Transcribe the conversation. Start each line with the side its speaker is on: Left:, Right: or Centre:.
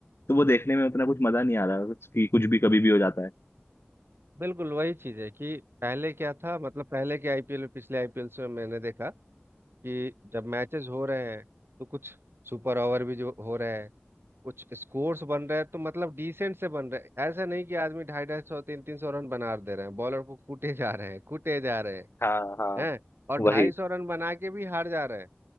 Left: तो वो देखने में उतना कुछ मजा नहीं आ रहा कुछ- कि कुछ भी कभी भी हो जाता है
Right: बिल्कुल वही चीज है कि पहले क्या था मतलब पहले के आईपीएल में पिछले आईपीएल से मैंने देखा कि जब मैचेस हो रहे हैं तो कुछ सुपर ओवर भी जो हो रहे हैं कुछ स्कोर्स बन रहे हैं तो मतलब डिसेंट से बन रहे हैं ऐसा नहीं कि आदमी ढाई ढाई सौ तीन तीन सौ रन बना दे रहे हैं बॉलर को कूटे जा रहे हैं कूटे जा रहे
Left: हाँ
Right: हैं
Left: हाँ
Right: हैं और
Left: वही
Right: ढाई सौ रन बना के भी हार जा रहे हैं